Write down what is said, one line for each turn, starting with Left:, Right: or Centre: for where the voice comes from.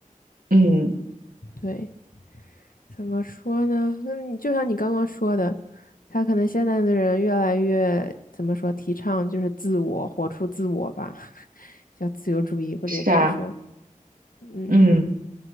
Right: 嗯，
Left: 对。怎么说呢？嗯，就像你刚刚说的，他可能现在的人越来越怎么说，提倡就是自我，活出自我吧，<laughs> 叫自由主义，或者也可以说，
Right: 是啊，
Left: 嗯，
Right: 嗯，